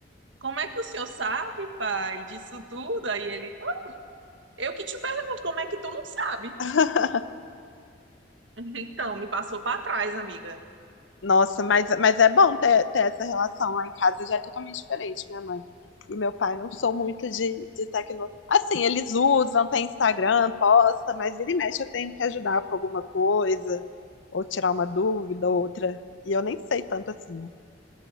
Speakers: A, on the right; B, on the left.
A: Como é que o senhor sabe, pai, disso tudo? Aí ele. Eu que te pergunto, como é que tu não sabe?
B: <laughs>
A: Então, me passou para trás, amiga.
B: Nossa, mas, mas é bom ter, ter essa relação lá em casa, já é totalmente diferente, minha mãe e meu pai não são muito de, de tecnologia. Assim, eles usam, tem Instagram, posta, mas vira e mexe eu tenho que ajudar com alguma coisa, ou tirar uma dúvida, ou outra. E eu nem sei tanto assim. né?